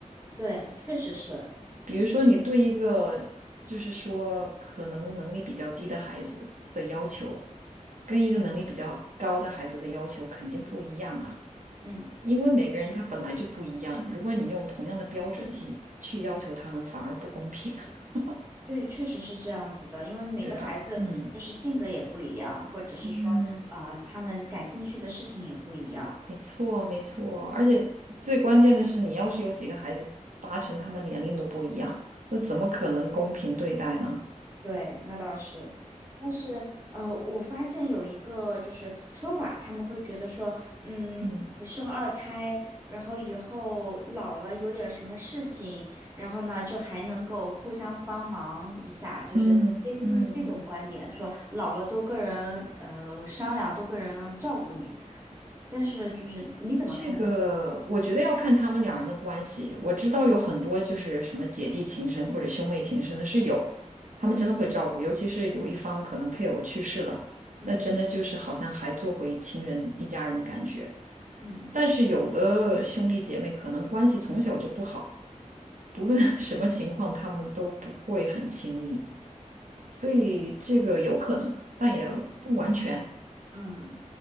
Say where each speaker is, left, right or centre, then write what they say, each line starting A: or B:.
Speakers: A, on the right; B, on the right.
A: 对，确实是，
B: 比如说，你对一个就是说可能能力比较低的孩子的要求，跟一个能力比较高的孩子的要求肯定不一样啊，
A: 嗯，
B: 因为每个人他本来就不一样。如果你用同样的标准去去要求他们，反而不公平，<laughs>
A: 对，确实是这样子的，因为每个孩子就是性格也不一样，
B: 对吧？嗯
A: 或者是说，
B: 嗯，
A: 嗯、他们感兴趣的事情也不一样。
B: 没错没错。而且最关键的是，你要是有几个孩子，八成他们年龄都不一样，那怎么可能公平对待呢？
A: 对，那倒是，但是呃，我发现有一个就是说法，他们会觉得说，嗯，
B: 嗯
A: 你生二胎，然后以后老了有点什么事情，然后呢就还能够互相帮忙一下，就是类似于这种观点，
B: 嗯嗯嗯。
A: 说老了多个人呃商量，多个人照顾你。但是就是你怎么看待？
B: 这个我觉得要看他们两人的关系。我知道有很多就是什么姐弟情深或者兄妹情深的是有，他们真的会照顾，尤其是有一方可能配偶去世了，
A: 嗯
B: 那真的就是好像还做回亲人一家人的感觉。
A: 嗯
B: 但是有的兄弟姐妹可能关系从小就不好，不论 <laughs> 什么情况，他们都不会很亲密，所以这个有可能，但也不完全。
A: 嗯。